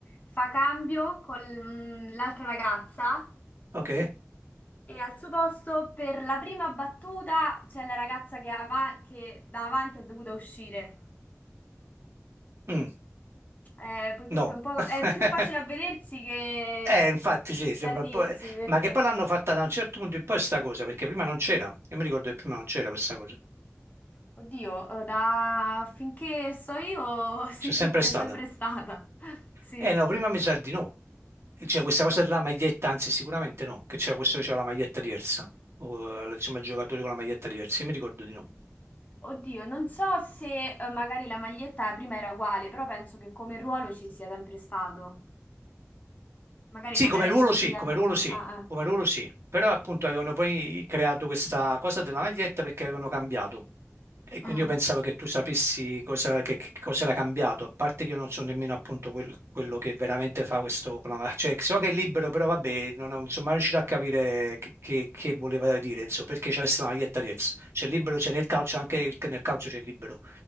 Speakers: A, on the left; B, on the right.
A: fa cambio con mm, l'altra ragazza
B: ok.
A: e al suo posto per la prima battuta c'è la ragazza che, ava- che da avanti è dovuta uscire.
B: Mm,
A: Eh, purtroppo
B: no.
A: è un po',
B: <laughs>
A: è più facile a vedersi che,
B: Eh, infatti sì, sembra
A: che a dirsi
B: un po'... eh,
A: perché,
B: Ma che poi l'hanno fatta da un certo punto in poi sta cosa, perché prima non c'era. Io mi ricordo che prima non c'era questa cosa.
A: oddio, da finché so io <laughs> sì,
B: C'è sempre
A: c'è
B: stata.
A: sempre stata. Sì.
B: Eh no, prima mi sa di no. Cioè questa cosa della maglietta, anzi sicuramente no, che c'era questo che c'era la maglietta diversa. O, eh, insomma, i giocatori con la maglietta diversa, io mi ricordo di no.
A: Oddio, non so se eh, magari la maglietta prima era uguale, però penso che come ruolo ci sia sempre stato. Magari
B: Sì,
A: non
B: come
A: era
B: ruolo
A: identificato
B: sì, come
A: con...
B: ruolo sì,
A: Ah, ah.
B: come ruolo sì, però appunto avevano poi creato questa cosa della maglietta perché avevano cambiato e quindi
A: Mm.
B: io pensavo che tu sapessi cosa, che, che cosa era cambiato, a parte che io non so nemmeno appunto quel- quello che veramente fa questo con la ma- cioè so che è libero, però vabbè, non ho- insomma non riuscito a capire che, che- che voleva dire, insomma, perché c'è la maglietta diversa, c'è libero, c'è nel calcio, anche il- nel calcio c'è libero.